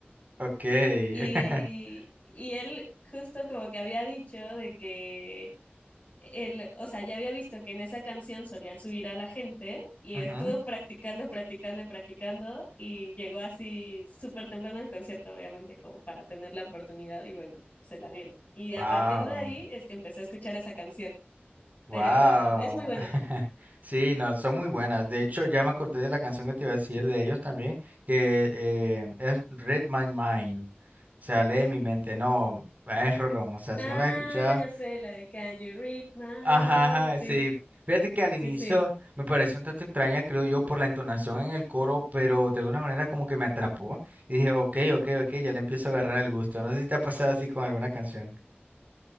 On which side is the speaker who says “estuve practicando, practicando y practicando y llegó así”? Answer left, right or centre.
Left